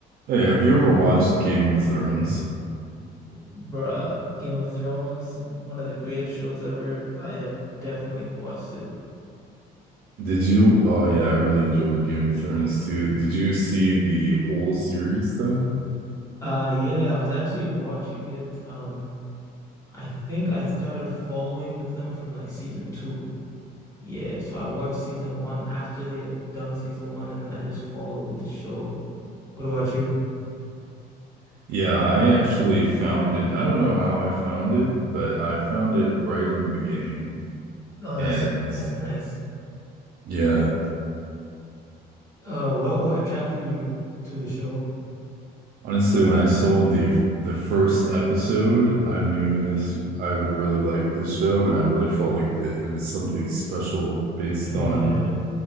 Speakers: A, on the right; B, on the left.
A: Hey, have you ever watched Game of Thrones?
B: Bruh, Game of Thrones, one of the greatest shows ever. I have definitely watched it.
A: Did you? Oh yeah, I really enjoyed Game of Thrones too. Did you see the whole series though?
B: Uh yeah, I was actually watching it. Um I think I started following with them from like season two. Yeah, so I watched season one after they had done season one and then I just followed with the show. What about you?
A: Yeah, I actually found it. I don't know how I found it, but I found it right in the beginning.
B: Oh,
A: And
B: that's that's nice.
A: yeah,
B: Uh what what attracted you to the show?
A: honestly, when I saw the the first episode, I knew this I would really like this show, and I really felt like that it was something special based
B: <laughs> Yeah.
A: on